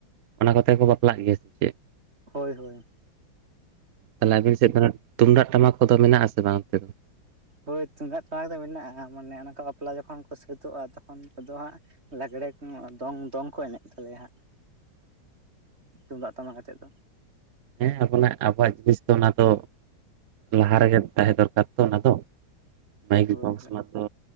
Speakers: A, on the right; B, on the right.
A: ᱚᱱᱟ ᱠᱚᱛᱮ ᱠᱚ ᱵᱟᱯᱞᱟᱜ ᱜᱮᱭᱟ ᱥᱮ ᱪᱮᱫ?
B: ᱦᱳᱭ ᱦᱳᱭ
A: ᱛᱟᱦᱞᱮ ᱟᱹᱵᱤᱱ ᱥᱮᱫ ᱫᱚ ᱱᱟᱜ ᱛᱩᱢᱫᱟᱜ ᱴᱟᱢᱟᱠ ᱠᱚᱫᱚ ᱢᱮᱱᱟᱜ ᱟᱥᱮ ᱵᱟᱝ ᱛᱮᱫᱚ?
B: ᱦᱳᱭ ᱛᱩᱢᱫᱟᱜ ᱴᱟᱢᱟᱠ ᱫᱚ ᱢᱮᱱᱟᱜᱼᱟ ᱢᱟᱱᱮ ᱚᱱᱟ ᱠᱚ ᱵᱟᱯᱞᱟ ᱡᱚᱠᱷᱚᱱ ᱠᱚ ᱥᱟᱹᱛᱚᱜᱼᱟ ᱛᱚᱠᱷᱚᱱᱫᱚ ᱦᱟᱸᱜ ᱞᱟᱜᱼᱟ <unintelligible> ᱫᱚᱝ ᱫᱚᱝ ᱠᱚ ᱮᱱᱮᱡ ᱛᱟᱞᱮᱭᱟ ᱦᱟᱸᱜ ᱛᱩᱢᱫᱟᱜ ᱴᱟᱢᱟᱠ ᱟᱛᱮᱫ ᱫᱚ
A: ᱦᱮᱸ ᱟᱵᱚᱱᱟᱜ ᱟᱵᱚᱣᱟᱜ ᱡᱤᱱᱤᱥ ᱫᱚ ᱚᱱᱟ ᱫᱚ ᱞᱟᱦᱟ ᱨᱮᱜᱮ ᱛᱟᱦᱮᱸ ᱫᱚᱨᱠᱟᱨ ᱛᱚ ᱚᱱᱟ ᱫᱚ ᱢᱟᱭᱤᱠ
B: ᱦᱳᱭ
A: ᱵᱚᱠᱥ ᱢᱟ ᱛᱚ